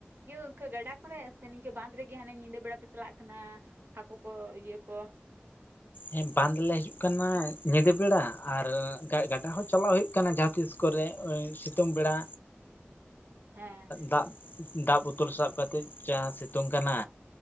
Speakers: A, on the right; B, on the left.
A: ᱤᱱᱠᱟᱹ ᱜᱟᱰᱟ ᱠᱚᱨᱮ, ᱥᱮ ᱱᱤᱝᱠᱟᱹ ᱵᱟᱸᱫ ᱨᱮᱜᱮ ᱦᱟᱱᱮ ᱧᱤᱫᱟᱹ ᱵᱮᱲᱟ ᱯᱮ ᱪᱟᱞᱟᱜ ᱠᱟᱱᱟ᱾ ᱦᱟᱹᱠᱩ ᱠᱚ ᱤᱭᱟᱹ ᱠᱚᱼᱼ
B: ᱦᱮᱸ ᱵᱟᱸᱫᱽ ᱞᱮ ᱦᱤᱡᱩᱜ ᱠᱟᱱᱟ ᱧᱤᱫᱟᱹ ᱵᱮᱲᱟ, ᱟᱨ ᱜᱟᱰᱟ ᱦᱚᱸ ᱪᱟᱞᱟᱜ ᱦᱩᱭᱩᱜ ᱠᱟᱱᱟ <unintelligible> ᱛᱤᱥ ᱠᱚᱨᱮ ᱥᱤᱛᱩᱝ ᱵᱮᱲᱟ
A: ᱦᱮᱸ ᱦᱮᱸ
B: ᱫᱟᱜᱼᱼ ᱫᱟᱜ ᱵᱩᱛᱚᱞ ᱥᱟᱵ ᱠᱟᱛᱮᱫ ᱡᱟᱸᱦᱟ ᱥᱤᱛᱩᱝ ᱠᱟᱱᱟᱼᱼ